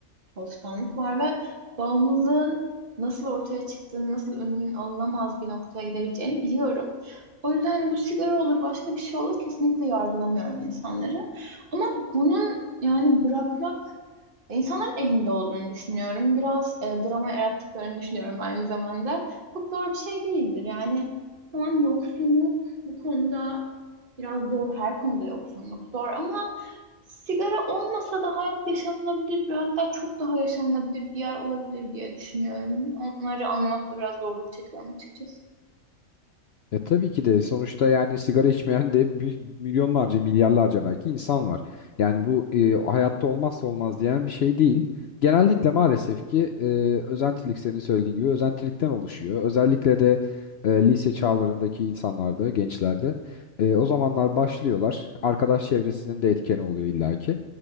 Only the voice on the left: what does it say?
Ya tabii ki de sonuçta yani sigara içmeyen de bir- milyonlarca milyarlarca belki insan var. Yani bu e, hayatta olmazsa olmaz diyen bir şey değil. Genellikle maalesef ki e, özentilik senin söylediğin gibi özentilikten oluşuyor. Özellikle de e, lise çağlarındaki insanlarda, gençlerde e, o zamanlar başlıyorlar. Arkadaş çevresinin de etkeni oluyor illaki.